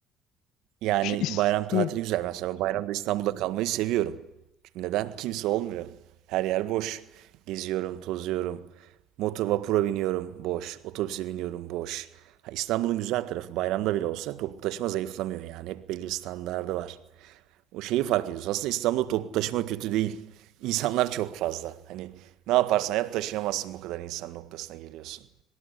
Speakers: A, on the right (about 75°); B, on the left (about 75°).
A: Yani
B: İşte İs-
A: bayram tatili
B: hı.
A: güzel. Mesela bayramda İstanbul'da kalmayı seviyorum. Çünkü neden? Kimse olmuyor. Her yer boş. Geziyorum, tozuyorum. Motor vapura biniyorum, boş. Otobüse biniyorum, boş. Ha, İstanbul'un güzel tarafı bayramda bile olsa toplu taşıma zayıflamıyor yani. Hep belli bir standardı var. O şeyi fark ediyorsun. Aslında İstanbul'da toplu taşıma kötü değil. İnsanlar çok fazla. Hani ne yaparsan yap taşıyamazsın bu kadar insan noktasına geliyorsun.